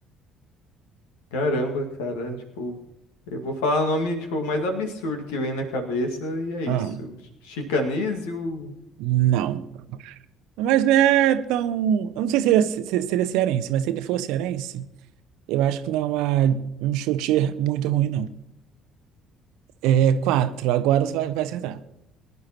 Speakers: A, on the left (about 65°); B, on the right (about 60°).
A: caramba, cara. Tipo, eu vou falar o nome, tipo, mais absurdo que vem na cabeça e é isso.
B: Ah,
A: Chicanísio.
B: não. Mas não é tão. Eu não sei se ele é, ce- se- se ele é cearense, mas se ele for cearense, eu acho que não é uma- um chute muito ruim, não. É quatro, agora você vai, vai acertar.